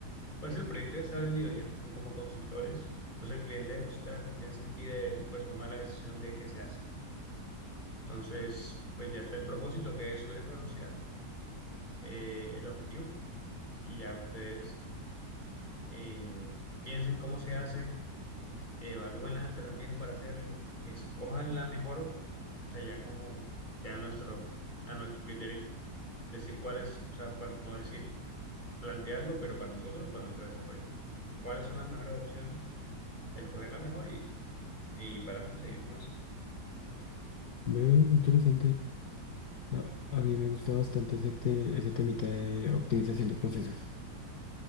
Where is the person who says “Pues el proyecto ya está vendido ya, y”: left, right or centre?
Left